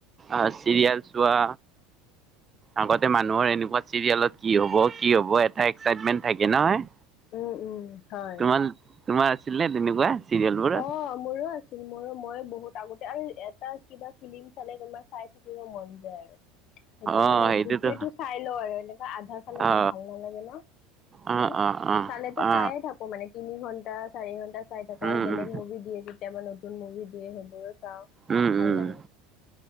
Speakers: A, on the right; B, on the left.
A: অ', চিৰিয়েল চোৱা আগতে মানুহৰ এনেকুৱা চিৰিয়েলত কি হ'ব? কি হ'ব? এটা এক্সাইটমেণ্ট থাকে নহয়
B: উম উম হয়।
A: তোমাৰ তোমাৰ আছিল নে তেনেকুৱা? চিৰিয়েল বোৰত
B: অ' মোৰো আছে। ছিল, মোৰো, মই বহুত আগতে আৰু এটা কিবা ফিল্ম চালে তোমাৰ চাই থাকিব মন যায় আৰু। সেইটো
A: অ
B: মানে
A: সেইটোতো
B: গোটেইটো চাই লওঁ আৰু, এনেকুৱা আধা চালে
A: অ
B: আৰু ভাল নালাগে ন। তোমাৰ?
A: অ অ অ
B: চালেটো
A: অ
B: চায়ে থাকোঁ। মানে তিনি ঘন্টা চাৰি ঘন্টা চাই থাকোঁ‌,
A: উম
B: আৰু বেলেগ
A: উম
B: মুভি দিয়ে, কেতিয়াবা নতুন মুভি দিয়ে সেইবোৰো চাওঁ,
A: উম
B: ভাল
A: উম
B: লাগে।